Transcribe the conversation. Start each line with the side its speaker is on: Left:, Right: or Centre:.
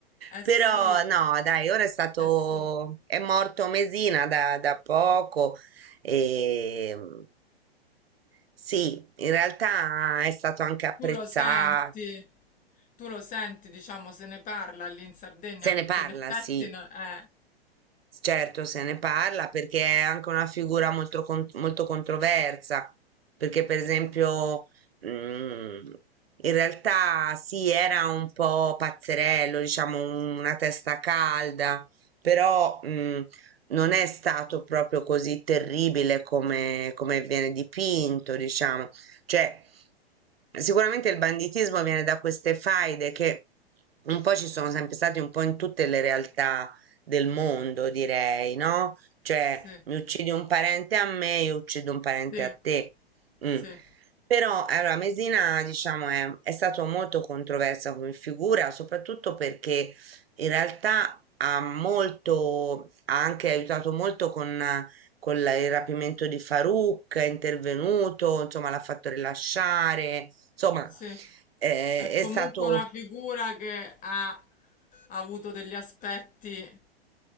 Left: eh
Right: Però
Left: sì,
Right: no, dai, ora è stato,
Left: eh sì.
Right: è morto Mesina da, da poco e mm, sì, in realtà è stato anche apprezzato,
Left: Tu lo senti, tu lo senti, diciamo, se ne parla lì in Sardegna
Right: se
Left: perché
Right: ne parla,
Left: in effetti
Right: sì.
Left: no- eh,
Right: Certo, se ne parla perché è anche una figura molto, con- molto controversa, perché per esempio mm, in realtà sì, era un po' pazzerello, diciamo un- una testa calda, però mm, non è stato proprio così terribile come, come viene dipinto, diciamo. Cioè, sicuramente il banditismo viene da queste faide che un po' ci sono sempre state un po' in tutte le realtà del mondo, direi, no? Cioè,
Left: sì,
Right: mi uccidi un parente a me, io uccido un parente
Left: sì,
Right: a te.
Left: sì,
Right: Mm. Però, allora, Mesina, diciamo, è, è stato molto controversa come figura, soprattutto perché in realtà ha molto, ha anche aiutato molto con, eh, con la- il rapimento di Farouk, è intervenuto, insomma, l'ha fatto rilasciare, insomma,
Left: sì.
Right: eh,
Left: È
Right: è
Left: comunque
Right: stato
Left: una figura che ha, ha avuto degli aspetti,